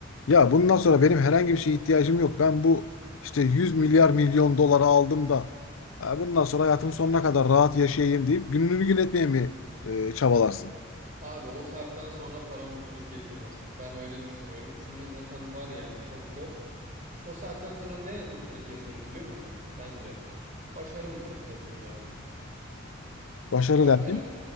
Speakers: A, on the left; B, on the right.
A: ya bundan sonra benim herhangi bir şeye ihtiyacım yok. Ben bu işte 100 milyar milyon dolara aldım da "Ha, bundan sonra hayatımın sonuna kadar rahat yaşayayım deyip gününü gün etmeye mi e, çabalarsın?
B: Abi o saatten sonra para mutluluk getirmez. Ben öyle düşünüyorum. Çünkü zaten var yani çok bol. O saatten sonra ne mutluluk getirir biliyor musun? Bence. Başarı mutluluk getirir abi.
A: Başarı
B: Bak
A: der.
B: El